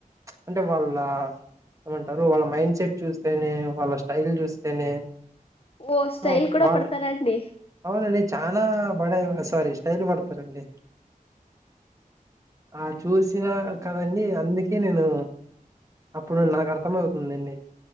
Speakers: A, on the right; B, on the left.
A: అంటే వాళ్ళ ఏమంటారు వాళ్ళ మైండ్ సెట్ చూస్తేనే వాళ్ళ స్టైల్ చూస్తేనే
B: ఓ స్టైల్
A: ఏదో ఒక
B: కూడా
A: ఫాల్ట్
B: పడతారా అండి
A: అవునండి చానా బడాయి స్వారి స్టైల్ కోడతార్ అండి ఆ చూసినా కదండి అందుకే నేను అప్పుడు నాకు అర్థం అవుతుందండి